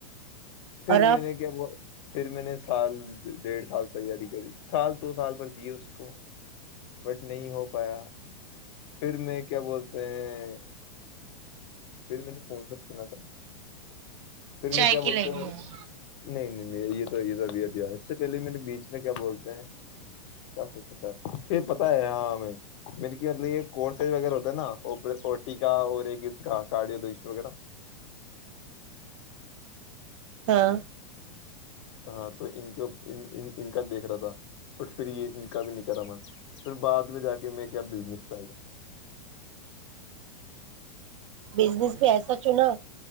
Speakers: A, on the left (about 55°); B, on the right (about 55°).
A: پھر
B: اور
A: میں
B: آپ
A: نے کیا وہ پھر میں نے سال ڈیڑھ سال تیاری کری سال دو سال بھر دیے اس کو بٹ نہیں ہو پایا پھر میں کیا بولتے ہیں پھر میں نے فون سے سنا تھا پھر میں
B: چائے
A: کیا
B: کی
A: بولتا
B: لائن
A: ہوں
B: میں ہیں۔
A: نہیں یہ تو یہ سبھی اب اس سے پہلے بیچ میں کیا بولتے ہیں کیا سوچتا ہے پھر پتاہ ہے ہاں مطب یہ کورسز وغیرہ ہوتا ہے ناٹی کا اور ایک اس کا کارڈیوجسٹ وغیرہ
B: ہاں
A: ہاں تو ان کے ان کا دیکھ رہا تھا بٹ پھر یہ ان کا بھی نہیں کرا من پھر بعد میں جا کے میں کیا بزنس پہ آ گیا
B: بزنس بھی ایسا چوںنا